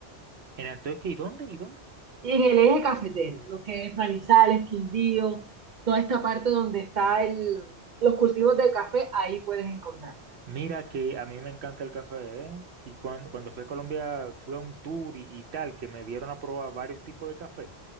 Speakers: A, on the right; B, on the right.
A: Era entonces, ¿y dónde? ¿Y dónde?
B: Y en el eje cafetero, lo que es Manizales, Quindío, toda esta parte donde está el, los cultivos del café, ahí puedes encontrar.
A: Mira que a mí me encanta el café, ¿eh? Y cuando, cuando fui a Colombia fui a un tour y, y tal, que me dieron a probar varios tipos de café.